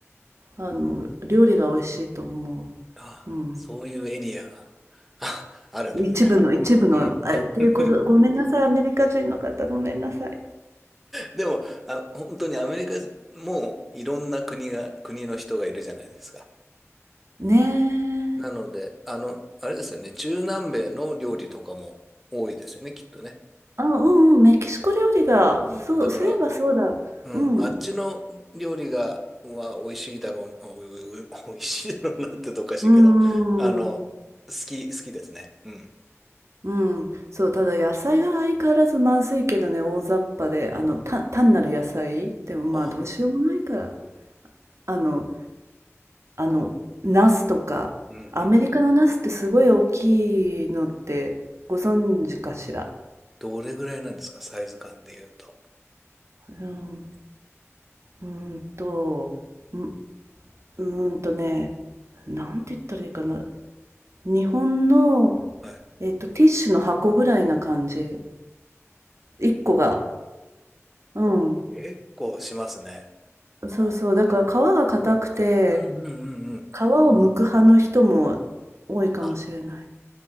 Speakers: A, on the right; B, in the centre.
A: あの、料理が美味しいと思
B: あ、
A: う。うん。
B: そういうエリアが <laughs> ああるんですね。
A: 一部の、一部の、
B: うん。
A: あ、っていうこと、
B: <laughs>
A: ごめんなさい、アメリカ人の方、ごめんなさい。
B: でも、あ、本当にアメリカもいろんな国が、国の人がいるじゃないですか。
A: ねえ。
B: なので、あの、あれですよね、中南米の料理とかも多いですよね、きっとね。
A: あ、うんうん、メキシコ料理が、
B: うん。
A: そう、
B: だから、
A: そういえばそうだ。
B: うん、
A: うん。
B: あっちの料理が、は美味しいだろう、おおお美味しいだろうなってとおかしいけど、
A: うん。
B: あの、好き、好きですね。うん。
A: うん。そう、ただ野菜が相変わらずまずいけどね、大雑把で、あの、た単なる野菜でもまあどうしようもないから、
B: あ、
A: あの、あの、ナスとか、
B: うんうん。
A: アメリカのナスってすごい大きいのってご存知かしら。
B: どれぐらいなんですか、サイズ感で言うと。
A: うん、うーんとう、うーんとね、なんて言ったらいいかな。日本の、
B: はい。
A: えっと、ティッシュの箱ぐらいな感じ。1個が。うん。
B: 結構しますね。
A: そそうそう。
B: あ、
A: だから皮が硬くて、
B: でも、うんうんうんうん。
A: 皮を剥く派の人も多いかもしれない。
B: あ、